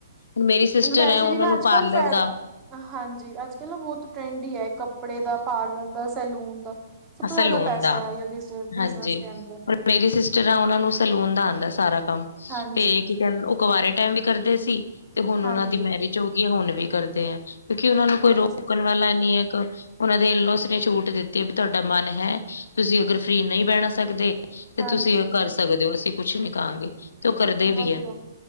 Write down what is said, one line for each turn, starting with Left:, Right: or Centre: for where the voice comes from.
Left: ਹੁਣ ਮੇਰੀ ਸਿਸਟਰ
Right: ਵੈਸੇ
Left: ਹੈ ਉਹਨਾਂ
Right: ਵੀ ਨਾ
Left: ਨੂੰ
Right: ਅੱਜ
Left: ਪਾਰਲਰ
Right: ਕੱਲ ਫਾਇਦਾ
Left: ਦਾ,
Right: ਹਾਂਜੀ, ਅੱਜ ਕੱਲ ਬਹੁਤ ਟਰੈਂਡ ਈ ਐ ਕੱਪੜੇ ਦਾ ਪਾਰਲਰ ਦਾ ਸੈਲੂਨ ਦਾ। ਸਭ ਤੋਂ
Left: ਸੈਲੂਨ
Right: ਜ਼ਿਆਦਾ ਪੈਸਾ
Left: ਦਾ
Right: ਐ ਬਿਜਨਸ
Left: ਹਾਂਜੀ।
Right: ਦੇ ਅੰਦਰ।
Left: ਹੁਣ ਮੇਰੀ ਸਿਸਟਰ ਆ ਉਹਨਾਂ ਨੂੰ ਸੈਲੂਨ ਦਾ ਆਂਦਾ ਸਾਰਾ ਕੰਮ
Right: ਹਾਂਜੀ
Left: ਤੇ। ਕਹ ਉਹ ਕਵਾਰੇ ਟਾਈਮ ਵੀ ਕਰਦੇ ਸੀ ਤੇ ਹੁਣ
Right: ਹਾਂਜੀ
Left: ਉਹਨਾਂ ਦੀ ਮੈਰਿਜ ਹੋ ਗਈ ਹੈ ਹੁਣ ਵੀ ਕਰਦੇ ਆ। ਕਿਉਂਕਿ ਉਹਨਾ ਨੂੰ ਕੋਈ
Right: ਚਲੋ
Left: ਰੋਕਣ
Right: ਅੱਛੀ ਗੱਲ
Left: ਵਾਲਾ ਨੀ ਐ ਉਹਨਾ ਦੇਲੋਂ ਉਸਨੇ ਛੂਟ ਦਿੱਤੀ। ਤੁਹਾਡਾ ਮਨ ਹੈ ਤੁਸੀਂ ਅਗਰ ਫਰੀ ਨਹੀਂ ਬਹਿਣ ਸਕਦੇ ਤੇ
Right: ਹਾਂਜੀ
Left: ਤੁਸੀਂ ਕਰ। ਸਕਦੇ ਹੋ ਅਸੀਂ ਕੁੱਛ ਨੀ ਕਹਾਂਗੇ। ਤੇ ਉਹ ਕਰਦੇ ਵੀ
Right: ਵਧੀਆ
Left: ਹਨ